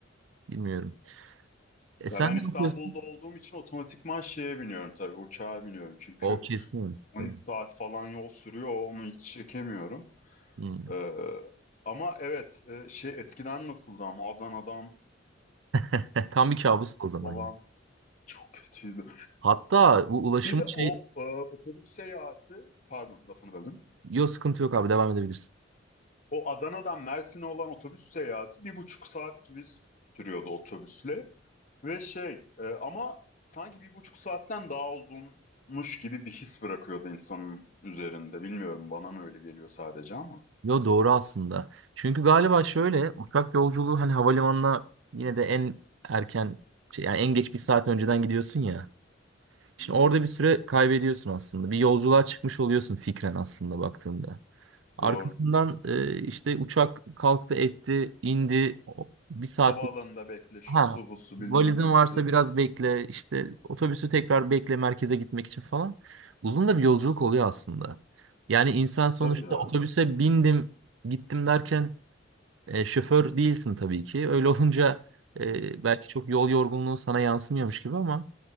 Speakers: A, on the right (about 75°); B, on the left (about 40°).
A: bilmiyorum. E
B: Ya
A: sen
B: ben
A: ne
B: İstanbul'da
A: yapıyorsun?
B: olduğum için otomatikman şeye biniyorum tabii uçağa biniyorum. Çünkü
A: O kesin.
B: 13
A: Tabii.
B: saat falan yol sürüyor onu hiç çekemiyorum.
A: Hmm.
B: Ee, ama evet e, şey eskiden nasıldı ama Adana'dan
A: <laughs> Tam bir kabustu o zaman.
B: falan
A: yani.
B: çok kötüydü.
A: Hatta bu ulaşım
B: Bir de
A: şey...
B: o e, otobüs seyahati pardon lafını böldüm.
A: yok sıkıntı yok abi devam edebilirsin.
B: O Adana'dan Mersin'e olan otobüs seyahati bir buçuk saat gibi sürüyordu otobüsle. Ve şey e, ama sanki bir buçuk saatten daha uzunmuş gibi bir his bırakıyordu insanın üzerinde. Bilmiyorum bana mı öyle geliyor sadece ama.
A: Yo doğru aslında. Çünkü galiba şöyle uçak yolculuğu hani havalimanına yine de en erken şey, yani en geç bir saat önceden gidiyorsun ya. Şimdi
B: Hı,
A: orada bir süre kaybediyorsun aslında. Bir yolculuğa çıkmış oluyorsun fikren aslında baktığında. Arkasından
B: doğru.
A: e, işte uçak kalktı etti indi O- bir saat
B: Havaalanında bekle şu
A: Ha,
B: su bu su
A: valizin
B: bilmem nesi.
A: varsa biraz bekle, işte otobüsü tekrar bekle merkeze gitmek için falan. Uzun da bir yolculuk oluyor aslında. Yani insan sonuçta
B: Tabii ya.
A: otobüse bindim, gittim derken e, şoför değilsin tabii ki. Öyle <laughs> olunca e, belki çok yol yorgunluğu sana yansımıyormuş gibi ama